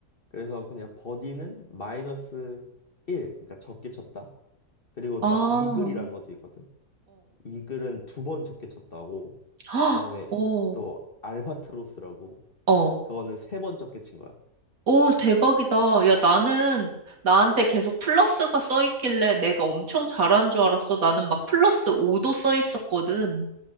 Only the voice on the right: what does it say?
아,
어,
<gasps> 헉,
어,
어.
오, 대박이다. 야, 나는 나한테 계속 플러스가 써 있길래 내가 엄청 잘하는 줄 알았어. 나는 막 플러스 5도 써 있었거든.